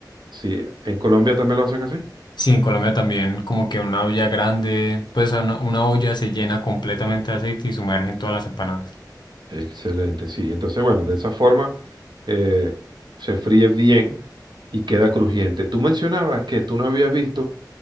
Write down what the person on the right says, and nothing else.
Sí, en Colombia también lo hacen así.
Excelente, sí. Entonces, bueno, de esa forma eh, se fríe bien y queda crujiente. Tú mencionabas que tú no habías visto